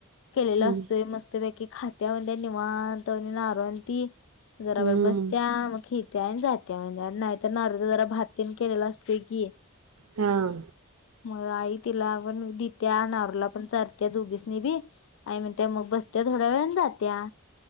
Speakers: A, on the left (about 60°); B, on the right (about 90°).
A: केलेला
B: हम्म,
A: असतोय मस्त पेकी की खात्या म्ह निवांतवणे नारो आणि ती जरा
B: हम्म.
A: वळ बसत्या मग खि. त्यांनी जात्या मग नाही तर नारो. जरा भातन केलेला असत की
B: हां,
A: मग आई तिला पण दित्या अनवरला पण चरत्या दोघीस नि बी आई म्हण त्या मग बसत्या थोड्या वेळ जात्या.